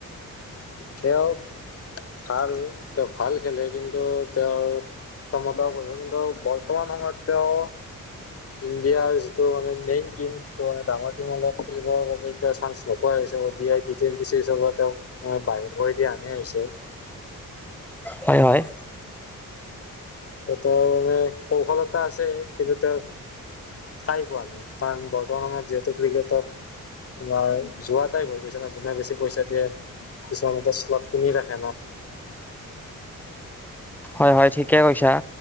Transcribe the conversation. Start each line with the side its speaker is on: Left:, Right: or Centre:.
Left: তেওঁ- ভাল, তেওঁ ভাল খেলে। কিন্তু তেওঁৰ ক্ষমতাও ক <unintelligible> কিন্তু বৰ্তমান সময়ত তেওঁ ইণ্ডিয়াৰ যিটো মানে মেইন টিম সিটো মানে ডাঙৰ টিম অলপ খেলিবৰ বাবে এতিয়া চানস নোোপোৱা হৈছে। টি টুৱেটি চিজৰ পৰা তেওঁক বাহিৰ কৰি দিয়া হেন হৈছে।
Centre: হয়-হয়।
Left: তেওঁৰ মানে কৌশলতা আছে কিন্তু তেওঁ চাই কোৱা নাই। কাৰণ বৰ্তমানত যিহেতু ক্ৰিকেটত - তোমাৰ- যোৱাটাই ভাব পুছে <unintelligible> যোনে বেছি পইচা দিয়ে। কিছুমান মতে শ্লট কিনি ৰাখে ন?
Centre: হয় হয় ঠিকে কৈছা।